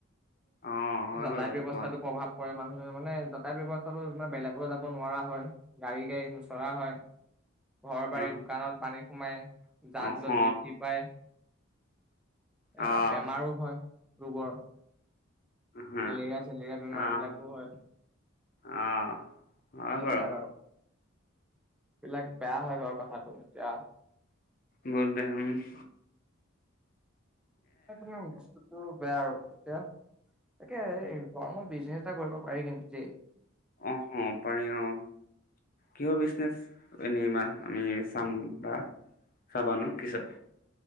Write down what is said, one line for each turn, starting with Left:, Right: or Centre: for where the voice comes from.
Left: অ',
Centre: <unintelligible>
Left: হয়
Centre: যাতায়াত
Left: বাৰু
Centre: ব্যৱস্থাতো
Left: গুৱাহাটী
Centre: প্ৰভাৱ পৰে। মানুহে মানে যাতায়াত ব্যয়ৱস্থাটো মানে বেলেকলে যাব নোৱাৰা হয় গাড়ী গাড়ী নোচৰা হয়। ঘৰ বাৰী
Left: ন
Centre: দোকানত পানী সোমাই
Left: অহ
Centre: যান জঁট বৃদ্ধি পায়। <unintelligible> এয়া
Left: আহ
Centre: বেমাৰো হয় ৰোগৰ।
Left: হা,
Centre: মেলেৰিয়া চেলেৰিয়া বেমাৰ
Left: আহ
Centre: বিলাকো হয়।
Left: আহ! অ
Centre: এইবিলাক
Left: বাৰু।
Centre: আৰু এইবিলাক বেয়া হয় বাৰু কথাটো। এতিয়া
Left: ব দে উমহ।
Centre: এ পুনেঅ বস্তুটো। বেয়া আৰু এতিয়া তাকে এই গৰমত বিজনেছ এটা কৰিব পাৰি কিন্তু দেই।
Left: অঁ পাৰি অ কিহৰ বিচনেচ এনেই ইমা- আমি চাম বা চাবানু কিচ